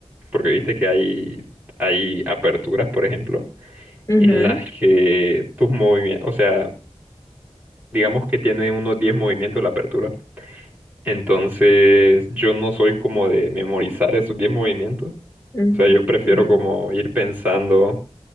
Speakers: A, on the right; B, on the left.
A: Porque viste que hay, hay aperturas, por ejemplo,
B: Ujú,
A: en las que tus movimientos, o sea, digamos que tiene unos 10 movimientos la apertura. Entonces, yo no soy como de memorizar esos 10 movimientos.
B: ujú,
A: O sea, yo prefiero
B: ujú.
A: como ir pensando,